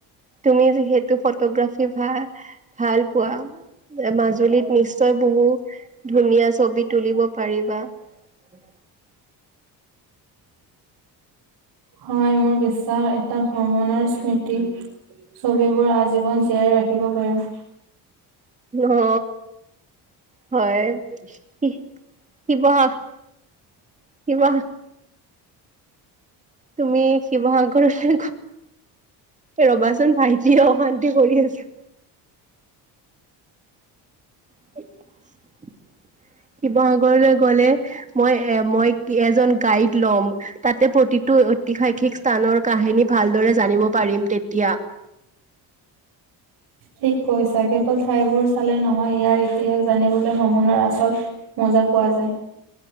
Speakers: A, on the right; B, on the right.
A: তুমি যিহেতু ফটোগ্ৰাফি ভা ভাল পোৱা মাজুলীত নিশ্চয় বহু ধুনীয়া ছবি তুলিব পাৰিবা উ
B: হয় মোৰ বিশ্বাস এটা ভ্ৰমণৰ স্মৃতি ছবিবোৰ আজীৱন জীয়াই ৰাখিব পাৰিম
A: অ হয় শিৱসা শিব তুমি শিৱসাগৰলৈ ৰবাচোন ভাইটিয়ে অশান্তি কৰি আছে। <unintelligible> শিৱসাগৰলৈ গ'লে মই এ মই এজন গাইড লম তাতে প্ৰতি প্ৰতিটো ঐতিহাসিক স্থানৰ কাহিনী ভালদৰে জানিব পাৰিম তেতিয়া।
B: ঠিক কৈছা। কেৱল ঠাইবোৰ চালে নহয় ইয়াৰ ইতিহাস জানিবলৈ ভ্ৰমণৰ আচল বুজা পোৱা যায়।